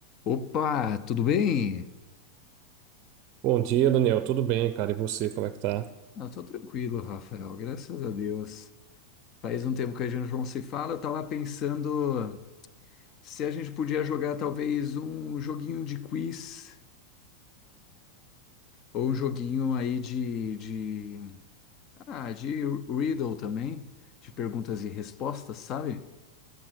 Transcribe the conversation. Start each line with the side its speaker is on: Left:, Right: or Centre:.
Left: Opa, tudo bem?
Right: Bom dia, Daniel. Tudo bem, cara? E você, como é que tá?
Left: Eu tô tranquilo, Rafael, graças a Deus. Faz um tempo que a gente não se fala, eu tava pensando se a gente podia jogar talvez um joguinho de quiz ou um joguinho aí de, de, ah, de riddle também, de perguntas e respostas, sabe?